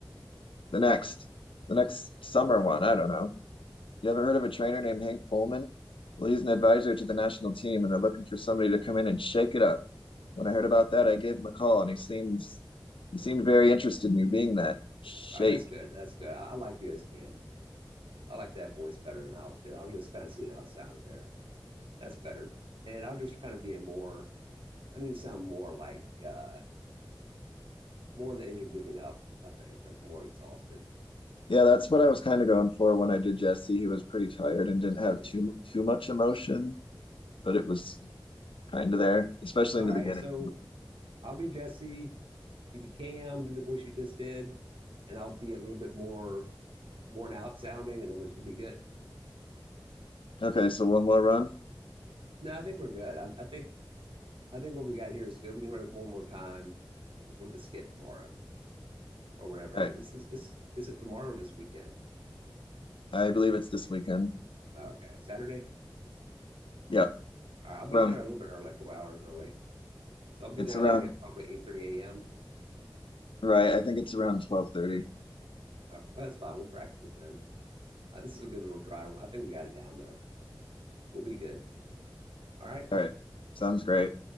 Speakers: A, on the left (about 80°); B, on the right (about 85°).
A: The next, the next summer one. I don't know. You ever heard of a trainer named Hank Fullman? Well, he's an advisor to the national team, and they're looking for somebody to come in and shake it up. When I heard about that, I gave him a call, and he seems he seemed very interested in you being that shake.
B: All right, that's good. That's good. I, I like you as Cam. I like that voice better than I was doing. I was just kind of seeing how it sounded there. That's better. And I'll just kind of be a more, I need to sound more like, uh, more on the edge of giving up, I think, like more exhausted.
A: Yeah, that's what I was kind of going for when
B: Yeah,
A: I did Jesse. He was pretty tired and didn't have
B: yeah, I need
A: too
B: to do that.
A: too much emotion, but it was kind of there, especially
B: All
A: in the
B: right.
A: beginning.
B: So I'll be Jesse. You be Cam, do the voice you just did, and I'll be a little bit more worn out sounding, and then it should be good.
A: Okay, so one more run.
B: No, I think we're good. I, I think I think what we got here is good. We can run it one more time before the skit tomorrow. or whatever
A: All
B: it
A: right,
B: is. It's this, this is it tomorrow or this weekend?
A: I believe
B: I can't
A: it's this
B: remember.
A: weekend.
B: Uh, Okay, Saturday.
A: Yeah,
B: All right, I'll get
A: around
B: there a little bit early, like a couple hours early. So I'll be
A: it's
B: there
A: around
B: like at probably 8:30 a.m.
A: right. I think it's around twelve thirty.
B: Uh, that's fine. We'll practice it then. Uh, this is a good little dry. I think we got it down though. We'll be good. All right.
A: All right, sounds great.